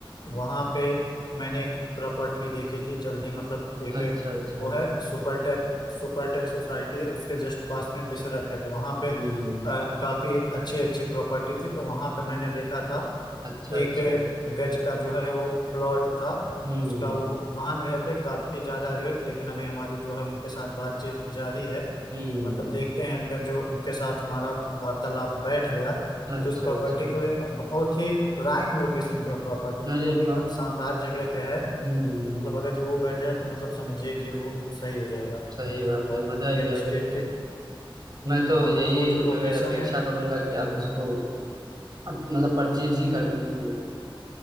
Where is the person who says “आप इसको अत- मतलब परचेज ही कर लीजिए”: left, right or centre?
Right